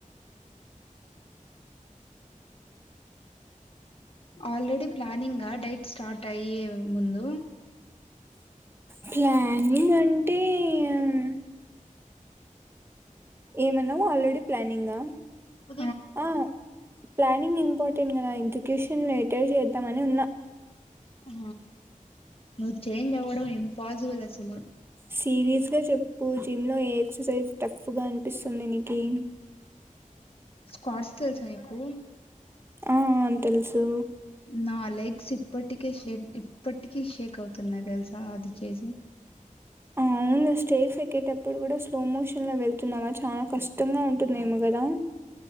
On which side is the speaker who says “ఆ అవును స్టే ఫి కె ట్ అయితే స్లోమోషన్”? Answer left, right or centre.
Right